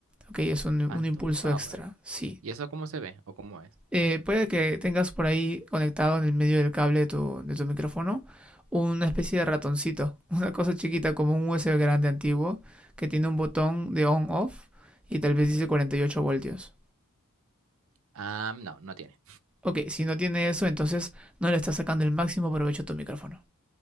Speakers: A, in the centre; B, on the right.
A: Ok, es un, un
B: Phantom
A: impulso
B: Power.
A: extra, sí
B: ¿Y eso cómo se ve o cómo es?
A: eh, puede que tengas por ahí conectado en el medio del cable de tu, de tu micrófono una especie de ratoncito, <laughs> una cosa chiquita como un USB grande antiguo que tiene un botón de on-off y tal vez dice 48 voltios.
B: Ah, no, no tiene.
A: Ok, si no tiene eso, entonces no le estás sacando el máximo provecho a tu micrófono.